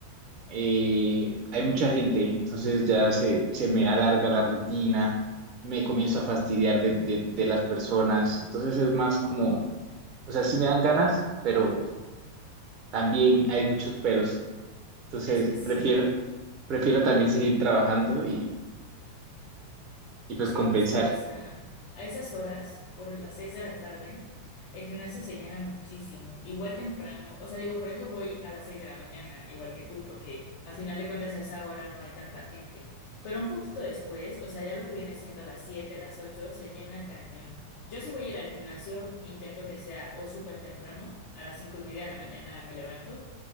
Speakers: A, on the right (about 35°); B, on the left (about 45°).
A: eh, hay mucha gente. Entonces ya se, se me alarga la rutina, me comienzo a fastidiar de, de, de las personas. Entonces es más como, o sea, sí me dan ganas, pero también hay muchos peros. Entonces
B: Es que sí.
A: prefiero, prefiero también <laughs> seguir trabajando y y pues
B: Es
A: compensar.
B: que justo, o sea, a esas horas, por las seis de la tarde, el gimnasio se llena muchísimo. Igual temprano, o sea, digo, por eso voy a las seis de la mañana, igual que tú, porque a final de cuentas a esa hora no hay tanta gente. Pero un poquito después, o sea, ya lo que viene siendo las siete, las ocho, se llena cañón. Yo si voy a ir al gimnasio, intento que sea o súper temprano, a las cinco y media de la mañana me levanto,